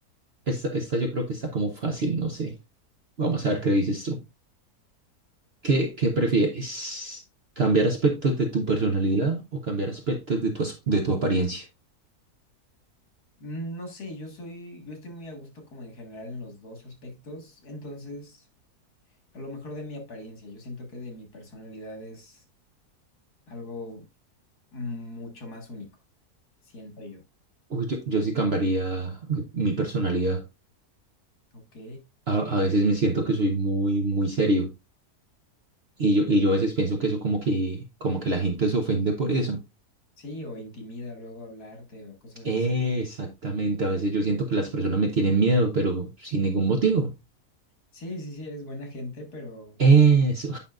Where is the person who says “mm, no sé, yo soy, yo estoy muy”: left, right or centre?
Left